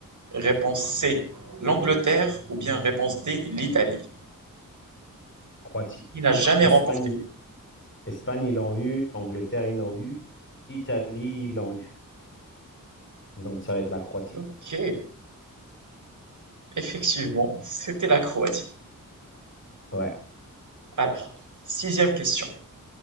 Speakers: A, on the right (about 60°); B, on the left (about 35°).
A: Réponse C: l'Angleterre. Ou bien réponse D: l'Italie.
B: Croatie.
A: Il n'a jamais
B: Espagne,
A: remporté.
B: Espagne, ils l'ont eu. Angleterre, ils l'ont eu. Italie, ils l'ont eu. Donc, ça va être la Croatie.
A: Ok, effectivement, c'était la Croatie.
B: Ouais,
A: Alors, sixième question.